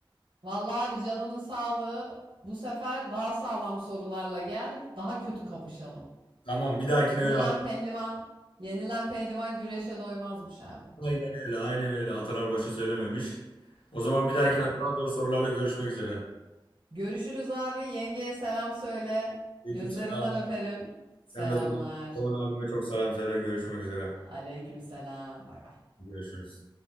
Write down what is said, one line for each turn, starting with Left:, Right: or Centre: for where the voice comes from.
Right: Vallahi abi canının sağlığı. Bu sefer daha sağlam sorularla gel. Daha kötü kapışalım.
Left: Tamam, bir dahakine öyle
Right: Yenilen pehlivan, yenilen pehlivan güreşe doymazmış abi.
Left: Aynen öyle, aynen öyle. Atalar boşa söylememiş. O zaman bir dahakine
Right: Aynen.
Left: daha
Right: öyle.
Left: zor sorularla görüşmek üzere.
Right: Görüşürüz abi. Yengeye selam söyle.
Left: Aleykümselam.
Right: Gözlerinden öperim. Selamlar.
Left: Sen de Doğan, Doğan abime çok selam söyle. Görüşmek üzere.
Right: Aleyküm selam. Bay bay.
Left: Görüşürüz.